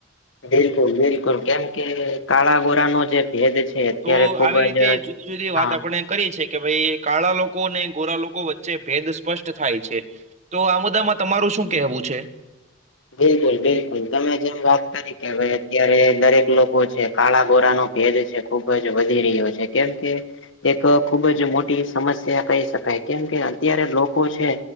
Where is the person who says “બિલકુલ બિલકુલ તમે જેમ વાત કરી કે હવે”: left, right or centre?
Left